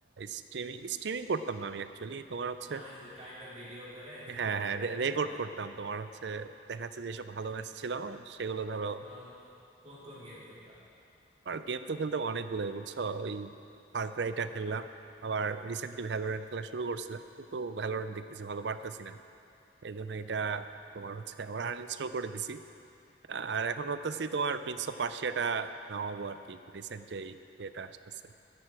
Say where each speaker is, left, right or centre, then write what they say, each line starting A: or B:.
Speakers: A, on the right; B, on the right.
A: স্ট্রিমিং স্ট্রিমিং করতাম না আমি অ্যাকচুয়ালি তোমার হচ্ছে
B: মানে কাইন্ড অফ ভিডিও করে
A: হ্যাঁ
B: রেকর্ড
A: হ্যাঁ
B: করে
A: রেকর্ড
B: দাও আর
A: করতাম
B: কি
A: তোমার হচ্ছে দেখা যাচ্ছে যেসব ভালো ম্যাচ ছিল সেগুলো ধরো
B: তো কোন কোন গেম খেলতাম
A: আর গেম তো খেলতাম অনেকগুলোই বুঝছো ওই ফার ক্রাইটা খেললাম আবার রিসেন্টলি ভ্যালোরেন্ট খেলা শুরু করছিলাম কিন্তু ভ্যালোরেন্ট দেখতেছি ভালো পারতেছি না এই জন্য এটা তোমার হচ্ছে আবার আনইনস্টল করে দিছি আর এখন ভাবতেছি তোমার প্রিন্স অফ পার্সিয়াটা নামাবো আর কি রিসেন্ট যে এটা আসতেছে